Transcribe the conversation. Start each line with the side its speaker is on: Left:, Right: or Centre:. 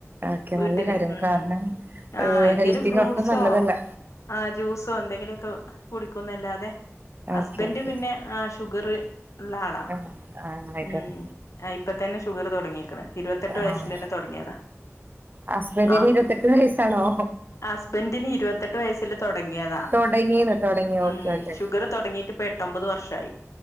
Right: ഓക്കെ
Left: വീട്ടില്
Right: നല്ല കാര്യം
Left: ഉം
Right: കാരണം
Left: ആഹ എന്തേലും
Right: ഹെൽത്തിന്
Left: ഫ്രൂട്ട്സോ-
Right: ഒട്ടും നല്ലതല്ല
Left: ആഹ ജ്യൂസോ എന്തെങ്കിലുമൊക്കെ കുടിക്കുന്നല്ലാതെ ഹസ്ബൻഡ്
Right: ഓക്കെ ഓക്കെ
Left: പിന്നെ ആ ഷുഗർ ഉള്ള ആളാ
Right: ആഹ് ആഹ് ആയിക്കോട്ടെ
Left: മ്മ് ഇപ്പാ- ഷുഗർ തുടങ്ങിക്കാണ് ഇരുപത്തെട്ട്
Right: ആഹ്
Left: വയസ്സൽ തന്നെ തുടങ്ങിയതാ
Right: ഹസ്ബന്റിന്
Left: ആ
Right: ഇരുപത്തെട്ട് വയസ്സാണോ
Left: ഹസ്ബൻഡന് ഇരുപത്തെട്ട് വയസി - തുടങ്ങിയതാ
Right: തൊടങ്ങീന്ന് തൊടങ്ങി ഓക്കെ
Left: ഉം
Right: ഓക്കെ
Left: ഷുഗർ തുടങ്ങിട്ട് ഇപ്പ എട്ടൊമ്പത് വർഷമായി